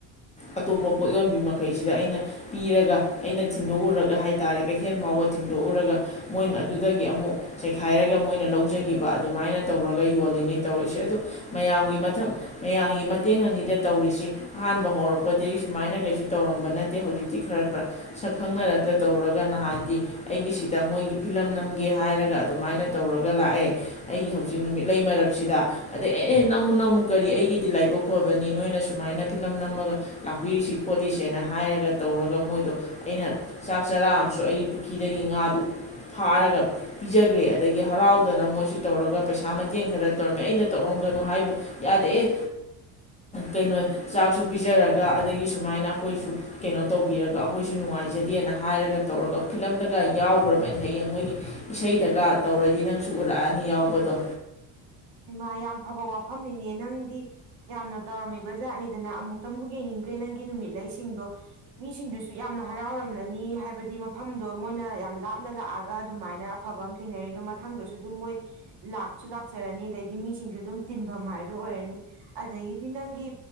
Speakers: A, on the left; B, on the right.
A: ꯑꯇꯣꯞꯄ ꯄꯣꯠ ꯌꯣꯟꯕꯤ ꯃꯈꯩ ꯁꯤꯗ ꯑꯩꯅ ꯄꯤꯔꯒ ꯑꯩꯅ ꯊꯤꯟꯗꯣꯛꯎꯔꯒ ꯍꯥꯏꯇꯥꯔꯦ ꯀꯩꯊꯦꯜ ꯐꯥꯎꯕ ꯊꯤꯟꯗꯣꯛꯎꯔꯒ ꯃꯣꯏꯅ ꯑꯗꯨꯗꯒꯤ ꯑꯃꯨꯛ ꯆꯥꯏꯈꯥꯏꯔꯒ ꯃꯣꯏꯅ ꯂꯧꯖꯒꯤꯕ ꯑꯗꯨꯃꯥꯏꯅ ꯇꯧꯔꯒ ꯌꯣꯜꯂꯤꯅꯦ ꯇꯧꯔꯤꯁꯦ ꯑꯗꯣ ꯃꯌꯥꯝꯒꯤ ꯃꯊꯪ ꯃꯌꯥꯝꯒꯤ ꯃꯇꯦꯡ ꯑꯅꯤꯗ ꯇꯧꯔꯤꯁꯤ ꯑꯍꯥꯟꯕ ꯍꯧꯔꯛꯄꯗꯒꯤ ꯁꯨꯃꯥꯏꯅ ꯀꯩꯁꯨ ꯇꯧꯔꯝꯕ ꯅꯠꯇꯦ ꯍꯧꯖꯤꯛꯇꯤ ꯈꯔ ꯈꯔ ꯁꯛ ꯈꯪꯅꯔꯛꯇ ꯇꯧꯔꯒ ꯅꯍꯥꯟꯗꯤ ꯑꯩꯒꯤꯁꯤꯗ ꯃꯣꯏꯒꯤ ꯐꯤꯂꯝ ꯅꯝꯒꯦ ꯍꯥꯏꯔꯒ ꯑꯗꯨꯃꯥꯏꯅ ꯇꯧꯔꯒ ꯂꯥꯛꯑꯦ ꯑꯩꯒꯤ ꯍꯧꯖꯤꯛ ꯅꯨꯃꯤꯠ ꯂꯩ ꯃꯔꯛꯁꯤꯗ ꯑꯗꯩ ꯑꯦ ꯑꯦ ꯅꯝꯃꯨ ꯅꯝꯃꯨ ꯀꯔꯤ ꯑꯩꯒꯤꯗꯤ ꯂꯥꯏꯕꯛ ꯐꯕꯅꯤ ꯅꯣꯏꯅ ꯁꯨꯃꯥꯏꯅ ꯐꯤꯂꯝ ꯅꯝꯃꯒ ꯂꯥꯛꯄꯤꯔꯤꯁꯤ ꯈꯣꯠꯂꯤꯁꯦꯅ ꯍꯥꯏꯔꯒ ꯇꯧꯔꯒ ꯃꯣꯏꯗꯣ ꯑꯩꯅ ꯆꯥꯛ ꯆꯔꯥ ꯑꯃꯁꯨ ꯑꯩꯒꯤ ꯄꯨꯈ꯭ꯔꯤꯗꯒꯤ ꯉꯥꯗꯣ ꯐꯥꯔꯒ ꯄꯤꯖꯈ꯭ꯔꯦ ꯑꯗꯒꯤ ꯍꯔꯥꯎꯗꯅ ꯃꯣꯏꯁꯨ ꯇꯧꯔꯒ ꯄꯩꯁꯥ ꯃꯇꯦꯡ ꯈꯔ ꯇꯧꯔꯝꯃꯦ ꯑꯩꯅ ꯇꯧꯔꯝꯒꯅꯨ ꯍꯥꯏꯕ ꯌꯥꯗꯦ ꯀꯩꯅꯣ ꯆꯥꯛꯁꯨ ꯄꯤꯖꯔꯒ ꯑꯗꯒꯤ ꯁꯨꯃꯥꯏꯅ ꯑꯩꯈꯣꯏꯁꯨ ꯀꯩꯅꯣ ꯇꯧꯕꯤꯔꯒ ꯑꯩꯈꯣꯏꯁꯨ ꯅꯨꯡꯉꯥꯏꯖꯗꯦꯅ ꯍꯥꯏꯔꯒ ꯇꯧꯔꯒ ꯐꯤꯂꯝꯗꯒ ꯌꯥꯎꯈ꯭ꯔꯕꯅꯤ ꯍꯌꯦꯡ ꯃꯣꯏꯒꯤ ꯏꯁꯩꯗꯒ ꯇꯧꯔꯗꯤ ꯅꯪꯁꯨ ꯎꯔꯛꯑꯅꯤ ꯌꯥꯎꯕꯗꯣ
B: ꯏꯃꯥ ꯌꯥꯝ ꯐꯕ ꯋꯥꯐꯝꯅꯤꯅꯦ ꯅꯪꯗꯤ ꯌꯥꯝꯅ ꯇꯧꯔꯝꯃꯤꯕ ꯖꯥꯠꯅꯤꯗꯅ ꯑꯃꯨꯛꯇꯪꯕꯨ ꯌꯦꯡꯅꯤꯡꯗ꯭ꯔꯦ ꯅꯪꯒꯤ ꯅꯨꯃꯤꯠꯂꯁꯤꯡꯗꯣ ꯃꯤꯁꯤꯡꯗꯨꯁꯨ ꯌꯥꯝꯅ ꯍꯔꯥꯎꯔꯝꯂꯅꯤ ꯍꯥꯏꯕꯗꯤ ꯃꯐꯝꯗꯣ ꯃꯣꯏꯅ ꯌꯥꯝ ꯂꯥꯞꯅ ꯂꯥꯛꯑꯒ ꯑꯗꯨꯃꯥꯏꯅ ꯑꯐꯕ ꯑꯃ ꯊꯦꯡꯅꯔꯤ ꯑꯗ ꯃꯊꯪꯗꯁꯨ ꯑꯗꯨꯝ ꯃꯣꯏ ꯂꯥꯛꯁꯨ ꯂꯥꯛ ꯆꯆꯔꯅꯤ ꯑꯗꯩꯗꯤ ꯃꯤꯁꯤꯡꯁꯨ ꯑꯗꯨꯝ ꯇꯤꯟꯐꯝ ꯍꯥꯏꯗꯨ ꯑꯣꯏꯔꯅꯤ ꯑꯗꯒꯤꯗꯤ ꯅꯪꯒꯤ